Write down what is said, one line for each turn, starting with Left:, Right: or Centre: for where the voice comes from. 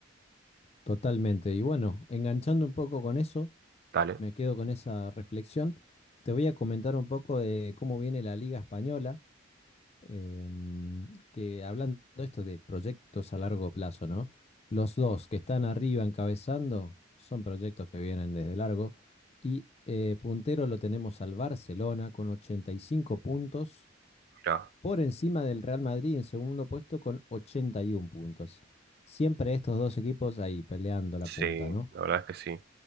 Left: totalmente. Y bueno, enganchando un poco con eso,
Right: dale,
Left: me quedo con esa reflexión. Te voy a comentar un poco de cómo viene la Liga Española, em, que hablando de esto de proyectos a largo plazo, ¿no? Los dos que están arriba encabezando son proyectos que vienen desde largo y eh, puntero lo tenemos al Barcelona con 85 puntos
Right: mira
Left: por encima del Real Madrid en segundo puesto con 81 puntos. Siempre estos dos equipos ahí peleando la
Right: sí,
Left: punta, ¿no?
Right: la verdad es que sí.